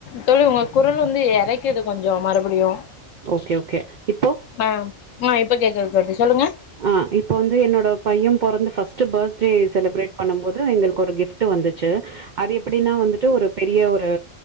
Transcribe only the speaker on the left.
தோலி உங்க குரல் வந்து எறைக்குது கொஞ்சோ கொஞ்சோ மறுபடியும்
ஆ <unintelligible> இப்போ கேக்குது தோழி சொல்லுங்க